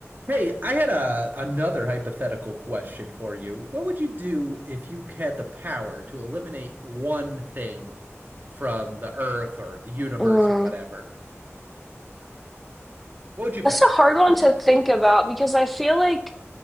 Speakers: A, on the right; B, in the centre.
A: Hey, I had a another hypothetical question for you. What would you do if you had the power to eliminate one thing from the earth or the universe
B: Mm,
A: or whatever? What would you pick?
B: that's a hard one to think about because I feel like